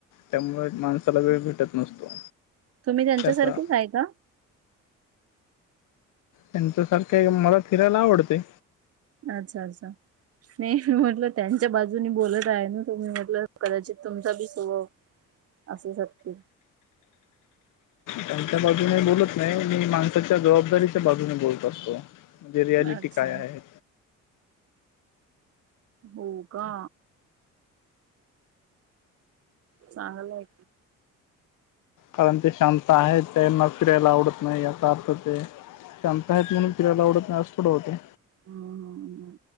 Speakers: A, on the left (about 70°); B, on the right (about 45°).
A: त्यामुळे माणसाला वेळ भेटत नसतो.
B: तुम्ही त्यांच्यासारखेच
A: त्याचा
B: आहे का?
A: त्यांच्यासारखं मला फिरायला आवडते.
B: अच्छा अच्छा. नाही मी म्हटलं त्यांच्या बाजूनी बोलत आहे ना तु् म्हटलं कदाचित तुमचा बी स्वभाव असशी सक्की
A: त्यांच्या बाजूने बोलत नाही मी माणसाच्या जबाबदारीच्या बाजूने बोलत असतो म्हणजे रियालिटी
B: अच्छा
A: काय आहे
B: हो का चांगलं आहे
A: कारण ते शांत आहे त्याईर फिरायला आवडत नाही याचा अर्थ ते शांत आहेत म्हणून फिरायला आवडत नाही असथोड होते
B: हम हम